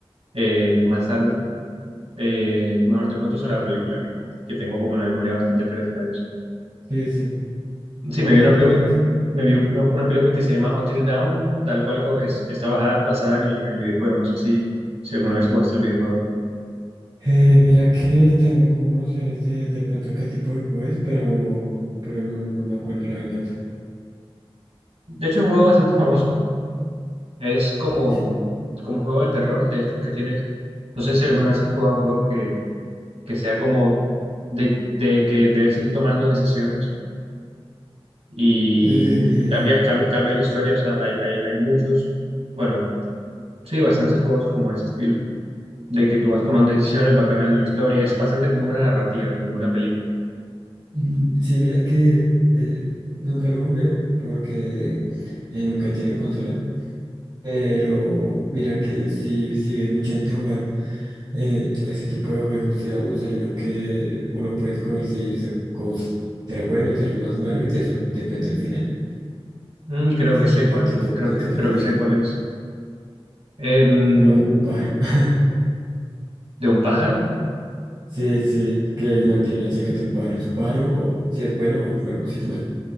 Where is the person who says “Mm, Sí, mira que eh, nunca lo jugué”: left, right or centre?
Right